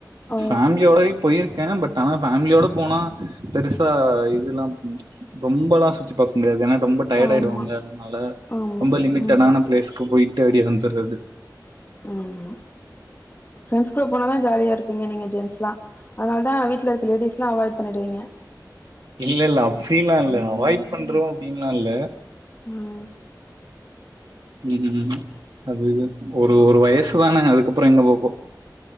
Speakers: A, on the left (about 30°); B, on the right (about 80°).
A: ஓ
B: ஃபேமிலியோடையு போயிருக்கே பட் ஆனா ஃபேமிலியோட போனா பெருசா இதுலாம் ம் ரொம்பலா சுத்தி பாக் இந்த இது எனா ரொம்ப டயாடு
A: ஆமா
B: ஆயிடுவாங்க அதுனால
A: ஆமா
B: ரொம்ப லிமிட்டடான
A: ம்
B: பிளேஸ்கு போயி தேடி வந்தர்றது.
A: ஆமா ஃப்ரெண்ட்ஸ் கூட போனாதா ஜாலியாருப்பீங்க நீங்க ஜென்ட்ஸ் லா. அதனால்தா வீட்ல இருக்க லேடீஸ்லா அவாய்ட் பண்ணிடுவீங்க.
B: இல்லல்ல அப்டில்லா இல்ல அவாய்ட் பண்றோ அப்டின்ல்லால்ல. <inaudible>
A: ம்
B: ம் ம் ம் அது ஒரு ஒரு வயசு தான அதுக்கப்புறோ எங்க போப்போறோ.